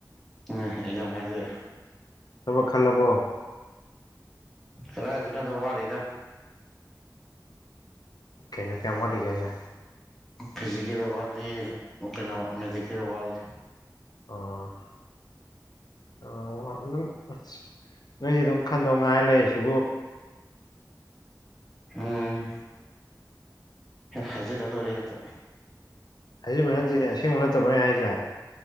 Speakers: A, in the centre; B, on the left.
A: ꯎꯝ ꯑꯩ ꯌꯥꯝ ꯍꯥꯏꯗꯣꯛꯑꯦ
B: ꯊꯕꯛ ꯈꯜꯂꯕꯣ
A: ꯈꯂꯖꯤꯅꯗ ꯋꯥꯗꯦꯗꯦ
B: ꯀꯩꯅꯣ ꯀꯌꯥꯝ ꯋꯥꯠꯂꯤꯒꯦ ꯍꯥꯢꯖꯦ
A: ꯐꯤꯖꯤꯀꯦꯜꯗ ꯋꯥꯠꯂꯤ ꯀꯩꯅꯣ ꯃꯦꯗꯤꯀꯦꯜ ꯋꯥꯠꯂꯤ
B: ꯑꯣ ꯑ ꯑꯗꯨꯝ ꯑꯁ ꯅꯣꯏꯁꯤ ꯑꯗꯨꯝ ꯈꯟꯗꯧ ꯉꯥꯏꯔ ꯂꯩ ꯁꯤꯕꯨ
A: ꯎꯝ ꯍꯖꯤꯔꯂꯔꯦ ꯍꯥꯏꯛꯇ
B: ꯑꯁꯦꯡꯕ ꯅꯠꯇꯦ ꯑꯁꯦꯡꯕ ꯅꯠꯇꯕꯅꯦ ꯍꯥꯏꯁꯦ